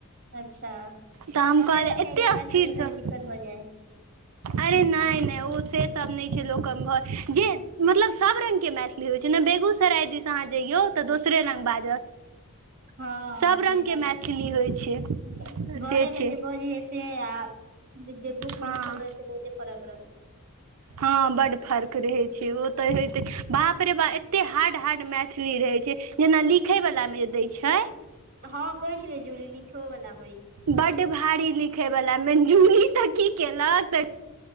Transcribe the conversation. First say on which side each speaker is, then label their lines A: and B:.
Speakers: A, on the right; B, on the right.
A: अच्छा
B: तऽ हम
A: हमरे
B: कहलिए
A: सबके
B: एतेक
A: एगो मैथिली
B: स्थिरसँ
A: मे कनी दिक्कत भऽ जाइ
B: अरे नहि नहि ओ से सब नहि छैय लोक घर जे मतलब सभ रङंगगके मैथिली होइ छैय जेना बेगूसराय दिस अहाँ जइयौ तऽ दोसरे रङ्ग बाजत
A: हाँ
B: सभ
A: सही
B: रङ्गके
A: बात
B: मैथिली
A: है
B: होइ छै
A: घरे
B: से छै
A: मे जे बोजै है से आ जे बुकमे
B: हँ
A: लिखल रह से बहुते फरक रहै छै
B: हँ बड फर्क रहै छैय ओ तऽ होेे बापरेबाप एते हार्ड बड हार्ड मैथिली रहै छैय जेना लिखै वला मे जे दै छैय
A: हाँ कहै छलय जुली लिखयओ बला
B: बड भारी लिखे वला मे जुली तऽ की केलक त